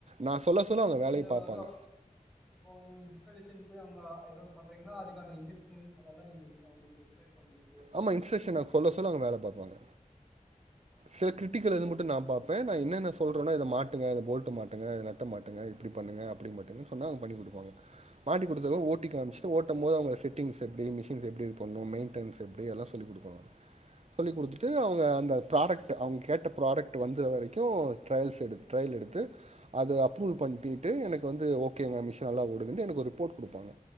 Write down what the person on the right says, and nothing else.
நா சொல்ல சொல்லா அவுங்க
வேலய பாப்பாங்க
ஆமா
இன்ஸ்ட்ரக்ஷன்
நான் சொல்ல
சொல்ல அவங்க
வேல பாப்பாங்க. சில கிரிட்டிக்கல் அது மட் டு நா பாப்பே நா என்னன்ன சொல்றேனோ இத மாட்டுங்க போல்ட் மாட்டுங்க நட்ட மாட்டுங்க இப்டி பண்ணுங்க அப்டி மாட்டுங் கனா பண்ணி குடுப்பாங்க மாட்டி குடுத்தத ஓட்டி
காம்ச்சுட்டு
ஓட் டும் போது அவுங்க செட்டிங்ஸ் எப்டி மிஷின்ஸ் எப்டி பண்ணு மெயின்டென்ஸ் எப்டி எல்லா சொல்லி குடுப்பாங்க சொல்லி் குடுத்துட்டு
அவுங்க அந்த ப்ராடக்ட் அவுங்க கேட்ட ப்ராடக்ட் வந்த வரைக்கு ட்ரையல்ஸ் எடுத் ட்ரையல் எடுத்து அது அப்ரூல் பண்ணிட்டு
எனக்கு வந்து ஓகேங்க மிஷின் நல்லா ஓடுதுன்டு எனக்கு ஒரு ரிப்போர்ட் குடுப்பாங்க